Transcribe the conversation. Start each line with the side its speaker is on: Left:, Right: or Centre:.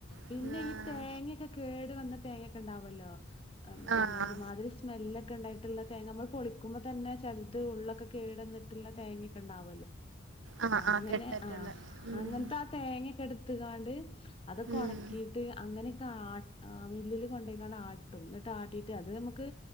Left: പിന്നെ
Right: ആഹ്
Left: ഈ തേങ്ങക്കെ കേടു വന്ന തേങ്ങൊക്കെ ഉണ്ടാവുല്ലോ പിന്നെ
Right: ആഹ്
Left: ഒരു മാതിരി സ്മെല്ലൊക്കെ ഇണ്ടായിട്ടുള്ള തേങ്ങ നമ്മള് പൊളിക്കുമ്പ തന്നെ ചലത് ഉള്ളൊക്കെ കേടന്ന്ട്ട് ള്ള തേങ്ങക്കെ ഇ ണ്ടാവും
Right: ആഹ്
Left: അങ്ങനെ
Right: ആഹ് കെട്ടൊക്കെയുള്ള
Left: ആഹ്
Right: ഉം
Left: അങ്ങനത്ത തേങ്ങക്കെ എടുത്ത് കാണ്ട് അതൊക്കെ
Right: ഉം
Left: ഉണക്കിയിട്ട് അങ്ങനൊക്കെ ആ ആഹ് മില്ലില് കൊണ്ടേയ്ങ്ങാണ്ട് ആട്ടും ന്നിട്ട് ആട്ടീട്ട് അത് നമുക്ക്